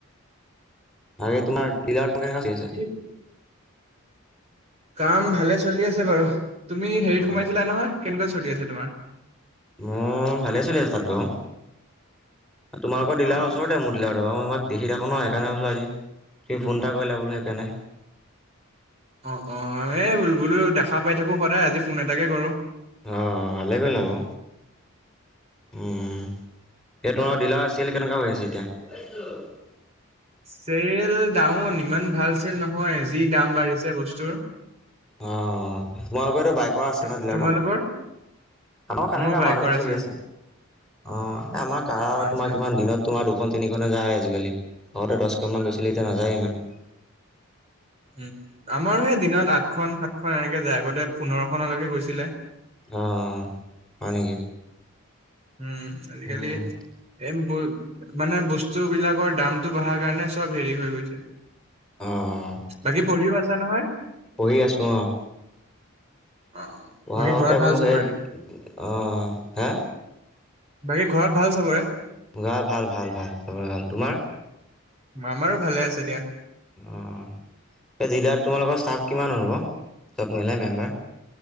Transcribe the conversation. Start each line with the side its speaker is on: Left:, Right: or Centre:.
Centre: তাকে
Right: অ',
Centre: তোমাৰ ডিলাৰ কোনে কাঁচি আছে?
Right: কি কাম ভালে চলি আছে বাৰু তুমি হেৰিত
Centre: অঁ
Right: সোমাইছিলা নহয় কেনেকুৱা চলি আছে তোমাৰ?
Centre: মই ভালে চলি আছো তাত বাও। তোমাৰলোকৰ ডিলাৰ
Right: অ',
Centre: ওচৰতে
Right: অ',
Centre: মোৰ ডিলাৰটো <unintelligible> দেখি থাকো নয় সেইকাৰণে ভাৱিছোঁ আজি তুমি ফোন এটা কৰিলে বোলো সেইকাৰণে
Right: অ অ এই বুলো বুলোক দেখা পাই থাকোঁ সদায় আজি ফোন এটাকে কৰোঁ।
Centre: অ ভালে কৰিলা বাও। অ উম। হে তোমাৰ ডিলাৰ আছিল কেনেকুৱা হৈ আছে এতিয়া <unintelligible>
Right: চেল ডাউন ইমান ভাল চেল নহয় যি দাম বাঢ়িছে বস্তুৰ।
Centre: অ মই আকৌ এই বাইকৰ আছিল
Right: তো-
Centre: ন ডিলাৰটো
Right: তোমালোকৰ?
Centre: আনক হেনেকা
Right: মোৰ বাইকৰ
Centre: মাজতে
Right: আছিল।
Centre: চলি আছে অ আমাৰ কাৰ
Right: আচ্ছা,
Centre: তোমাৰ কিমান দিনত তোমাৰ দু খন তিনিখন হে যায় আজিকালি আগতে দশখনমান গৈছিলে এতিয়া নাযায় ইমান।
Right: উম আমাৰ হে দিনত আঠখন সাতখন এনেকে যায় আগতে পোন্ধৰখনলৈকে গৈছিলে।
Centre: অ, হয় নেকি?
Right: উম, আজিকালি
Centre: উম,
Right: এম ব মানে বস্তু বিলাকৰ দাম তু বহাৰ কাৰণে সব হেৰি হৈ গৈছে।
Centre: অ',
Right: বাকী পঢ়িও আছা নহয়?
Centre: পঢ়ি আছোঁ অ',
Right: অ',
Centre: পঢ়াৰ
Right: বাকী
Centre: লগতে
Right: ঘৰত ভাল
Centre: বোলো
Right: চবৰে?
Centre: সেইত অ হে
Right: বাকী ঘৰত ভাল সবৰে?
Centre: গাৰ ভাল ভাল ভাল সবৰে ভাল তোমাৰ?
Right: মামাৰো ভালে আছে দিয়া।
Centre: অ এ ডিলাৰত তোমালোকৰ ষ্টাফ কিমান হ'ব সব মিলাই মেম্বাৰ